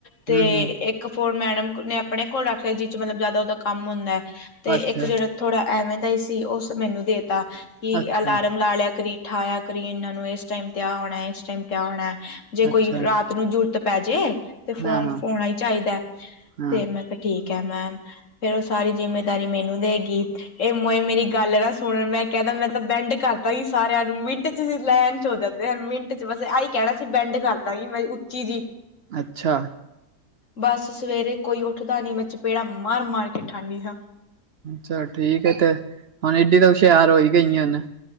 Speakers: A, on the left; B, on the right.
A: ਤੇ
B: ਹੂੰ ਹੂੰ
A: ਇੱਕ ਫੋਨ ਮੈਡਮ ਨੇ ਆਪਣੇ ਕੋਲ ਰੱਖ ਲਿਆ, ਜਿਸ ਚ ਮਤਲਬ ਜਿਆਦਾ ਉਹਦਾ ਕੰਮ ਹੁੰਦਾ। ਤੇ
B: ਅੱਛਾ
A: ਇੱਕ ਜਿਹੜਾ ਥੋੜਾ ਐਵੇਂ ਦਾ ਹੀ ਸੀ, ਉਹ ਮੈਨੂੰ ਦੇਤਾ ਕਿ
B: ਅੱਛਾ
A: ਅਲਾਰਮ ਲਾ ਲਿਆ ਕਰੀ। ਉਠਾਇਆ ਕਰੀ ਇਹਨਾਂ ਨੂੰ, ਇਸ ਟਾਈਮ ਤੇ ਆ ਹੋਣਾ, ਇਸ ਟਾਈਮ ਆ ਹੋਣਾ, ਜੇ
B: ਅੱਛਾ
A: ਕੋਈ ਰਾਤ ਤ ਨੂ ਜੁਰਤ ਪੈ ਜੇ, ਤੇ ਫੋਨ
B: ਹਾਂ ਹਾਂ
A: ਹੋਣਾ ਹੀ ਚਾਹੀਦਾ,
B: ਹਾਂ
A: ਤੇ ਮੈਂ ਕਿਹਾ ਠੀਕ ਐ ਮੈਮ। ਫੇਰ ਉਹ ਸਾਰੀ ਜਿੰਮੇਦਾਰੀ ਮੈਨੂੰ ਦੇ ਗਈ। ਇਹ ਮੋਏ ਮੇਰੀ ਗੱਲ ਨਾ ਸੁਣਨ, ਮੈਂ ਕਹਿ ਤਾਂ ਬੈਂਡ ਕਰਦਾ ਸੀ ਸਾਰਿਆਂ ਨੂੰ ਮਿੰਟ ਚ ਲਾਈਨ ਚ ਹੋ ਜਾਂਦੇ, ਮਿੰਟ ਚ, ਬਸ ਆਹੀ ਕਹਿਣਾ ਸੀ ਬੈਂਡ ਕਰਦਾ ਹੀ ਮੈਂ ਉੱਚੀ ਜੀ
B: ਅੱਛਾ।
A: ਬਸ ਸਵੇਰੇ ਕੋਈ ਉੱਠਦਾ ਨੀ, ਮੈਂ ਚਪੇੜਾ ਮਾਰ-ਮਾਰ ਕੇ ਉਠਾਂਨੀ ਹਾਂ।
B: ਚਲ ਠੀਕ ਐ ਤੇ, ਹੁਣ ਏਡੀ ਤਾਂ ਹੁਸ਼ਿਆਰ ਹੋਈ ਗਈ ਏ ਨ।